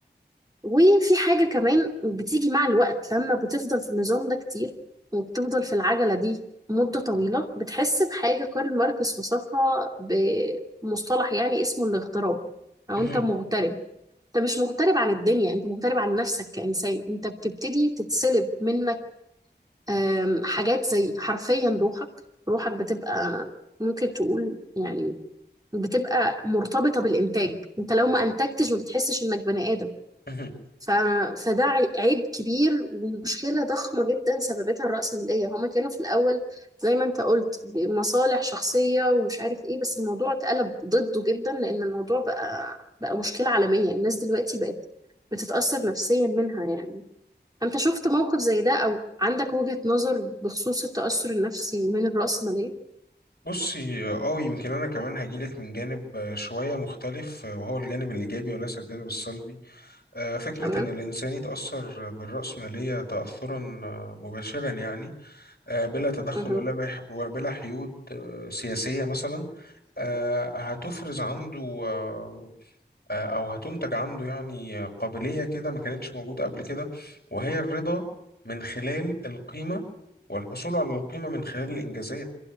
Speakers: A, on the right (about 20°); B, on the left (about 65°).
A: وفي حاجة كمان بتيجي مع الوقت لما بتفضل في النظام ده كتير وبتفضل في العجلة دي مدة طويلة بتحس بحاجة كارل ماركس وصفها بمصطلح يعني اسمه الاغتراب أو
B: مهم،
A: أنت مغترب أنت مش مغترب عن الدنيا أنت مغترب عن نفسك كإنسان أنت بتبتدي تتسلب منك آم، حاجات زي حرفيا روحك روحك بتبقى ممكن تقول يعني بتبقى مرتبطة بالإنتاج أنت لو ما أنتجتش ما بتحسش إنك بني آدم
B: مهم.
A: ف... فده عي- عيب كبير ومشكلة ضخمة جدا سببتها الرأسمالية هما كانوا في الأول زي ما انت قلت مصالح شخصية ومش عارف ايه بس الموضوع اتقلب ضده جدا لأن الموضوع بقى بقى مشكلة عالمية الناس دلوقتي بقت بتتأثر نفسيا منها يعني انت شفت موقف زي ده أو عندك وجهة نظر بخصوص التأثر النفسي من الرأسمالية
B: بصي اه يمكن انا كمان هجيلك من جانب آه، شويه مختلف آه، وهو الجانب الايجابي وليس الجانب السلبي آه، فكره
A: تمام
B: ان الانسان يتاثر بالراسماليه تاثرا آه، مباشرا يعني آه، بلا تدخل
A: مهم.
B: ولا بح- وبلا حيود آه، سياسيه مثلا آه، هتفرز عنده آه، آه، او هتنتج عنده يعني قابليه كده ما كانتش موجوده قبل كده وهي الرضا من خلال القيمه والحصول على القيمه من خلال الانجازات